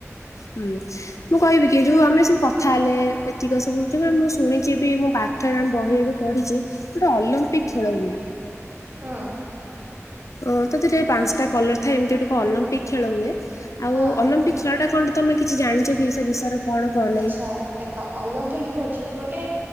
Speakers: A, on the left; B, on the right.
A: ଉଁ ମୁଁ କହିବି କି ଯୋଉ ଆମେ ସବୁ କଥା ହେଲେ ଏତିକ ସବୁ ମୁଁ ଶୁଣିଚି ବି ମୋ ବା ଏଠାରେ ଆମ ବହିରେ ବି ପଢିଚି ଗୋଟେ ଅଲମ୍ପିକ୍ ଖେଳ ହୁଏ।
B: ହଁ।
A: ଓ ତାଥିରେ ପାଂସଟା କଲର ଥାଏ, ଏମିତି ଗୋଟେ ଅଲମ୍ପିକ୍ ଖେଳ ହୁଏ। ଆଉ
B: ହଁ
A: ଅଲମ୍ପିକ୍ ଖେଳ ଟା କଣ ତମେ କିଛି ଜାଣିଛ କି ସେ ବିଷୟରେ? କଣ କଣ ନାହିଁ?
B: ଆଚ୍ଛା, ଦେଖ ଅଲମ୍ପିକ୍ ହଉଚି ଗୋଟେ